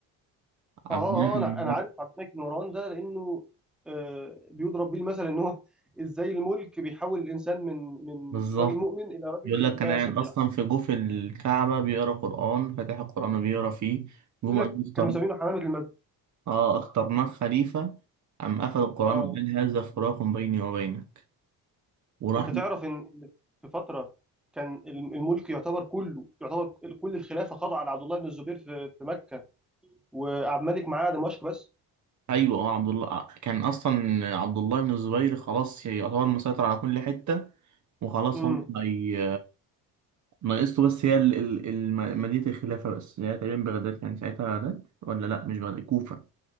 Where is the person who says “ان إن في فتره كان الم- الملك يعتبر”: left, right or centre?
Centre